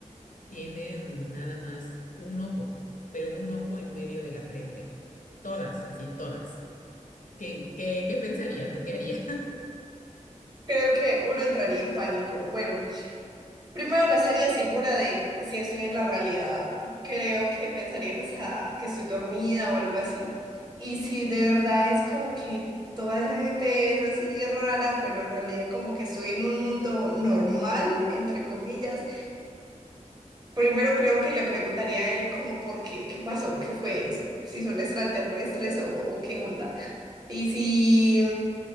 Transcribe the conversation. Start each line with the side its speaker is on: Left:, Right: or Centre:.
Left: tienen nada más un ojo, pero un ojo en medio de la frente. Todas, así todas. ¿Qué, qué, qué pensarías o qué harías?
Right: Creo que uno entraría en pánico. Bueno, Primero, no estaría segura de si estoy en la realidad. Creo que pensaría que, está, que estoy dormida o algo así. Y si de verdad es como que toda esa gente es así rara, pero en realidad como que estoy en un mundo normal, entre comillas, primero creo que le preguntaría a él como por qué, qué pasó, qué fue eso, si son extraterrestres o, o qué onda. Y si...